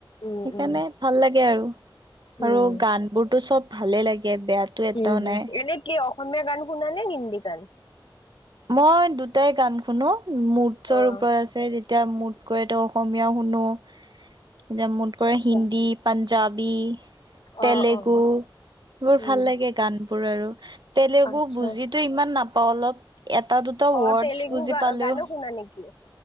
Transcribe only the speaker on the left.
উম,
উম।
উম।
হম, হম,
এনে কি অসমীয়া গান শুনা নে হিন্দী গান?
অ',
আচ্ছা,
অ',
অ',
উম।
আচ্ছা।
অ',
তেলেগু
গান-গানো
শুনা নেকি?